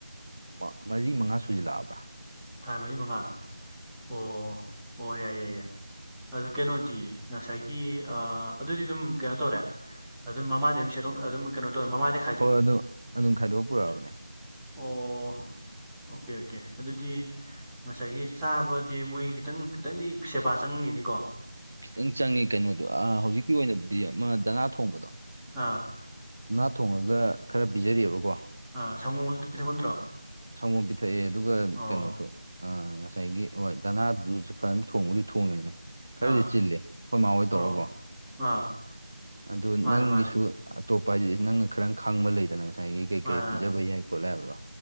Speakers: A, on the right (about 60°); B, in the centre.
A: ꯃ ꯃꯔꯤ ꯃꯉꯥ ꯁꯨꯖꯜꯂꯛꯑꯕ꯭ꯔꯥ
B: ꯊꯥ ꯃꯔꯤ ꯃꯉꯥ ꯑꯣ ꯑꯣ ꯌꯥꯏ ꯌꯥꯏ ꯌꯥꯏ ꯑꯗ ꯀꯩꯅꯣꯗꯤ ꯉꯁꯥꯏꯒꯤ ꯑ ꯑꯗꯨꯗꯤ ꯑꯗꯨꯝ ꯀꯩꯅꯣ ꯇꯧꯔꯦ ꯑꯗꯨꯝ ꯃꯃꯥꯗꯩ ꯑꯗꯨꯝ ꯁꯦꯠꯗꯣꯛꯅ ꯑꯗꯨꯝ ꯀꯩꯅꯣ ꯇꯧꯔ ꯃꯃꯥꯗꯩ
A: ꯍꯣꯏ ꯑꯗꯨ ꯑꯗꯨꯝ ꯈꯥꯏꯗꯣꯛꯑ ꯄꯨꯔꯛꯑꯕꯅꯦ
B: ꯑꯣ ꯑꯣꯀꯦ ꯑꯣꯀꯦ ꯑꯗꯨꯗꯤ ꯉꯁꯥꯏꯒꯤ ꯆꯥꯕꯗꯤ ꯃꯣꯏ ꯈꯤꯇꯪ ꯈꯤꯇꯪꯗꯤ ꯁꯦꯕꯥ ꯆꯪꯒꯤꯅꯤꯀꯣ
A: ꯈꯤꯇꯪ ꯆꯪꯉꯤ ꯀꯩꯅꯣꯗꯣ ꯑꯥ ꯍꯧꯖꯤꯛꯀꯤ ꯑꯣꯏꯅꯕꯨꯗꯤ ꯑꯃ ꯗꯅꯥ ꯊꯣꯡꯕꯗꯣ
B: ꯑꯥ
A: ꯉꯥ ꯊꯣꯡꯉꯒ ꯈꯔ ꯄꯤꯖꯔꯤꯑꯦꯕꯀꯣ
B: ꯑꯥ ꯁꯡꯒꯣꯝꯒꯥꯖꯨ ꯄꯤꯊꯛꯄ ꯅꯠꯇ꯭ꯔꯣ
A: ꯁꯪꯒꯣꯝ ꯄꯤꯊꯛꯑꯦ ꯑꯗꯨꯒ
B: ꯑꯣ
A: ꯀꯩꯅꯣꯁꯨ ꯑꯥ ꯉꯁꯥꯏꯒꯤ ꯍꯣꯏ ꯗꯅꯥꯗꯨꯁꯨ ꯐꯖꯅ ꯊꯣꯡꯕꯨꯗꯤ ꯊꯣꯡꯉꯤꯕꯅꯦ ꯈꯔꯗꯤ
B: ꯑꯥ
A: ꯆꯤꯜꯂꯦ ꯑꯈꯣꯏ ꯃꯥꯥ ꯍꯣꯏ
B: ꯑꯣ
A: ꯇꯧꯔꯒꯥꯀꯣ
B: ꯑꯥ
A: ꯑꯗꯨ
B: ꯃꯥꯅꯦ
A: ꯅꯪꯒꯤꯁꯨ
B: ꯃꯥꯅꯦ
A: ꯑꯇꯣꯞꯄ ꯍꯥꯏꯗꯤ ꯅꯪꯅ ꯈꯔꯪ ꯈꯪꯕ ꯂꯩꯗꯅ ꯉꯥꯏꯒꯤ ꯀꯩꯀꯩ
B: ꯃꯥꯅꯦ ꯃꯥꯅꯦ
A: ꯄꯤꯖꯕ ꯌꯥꯏ ꯈꯣꯠꯂꯦ ꯍꯥꯏꯕꯗꯣ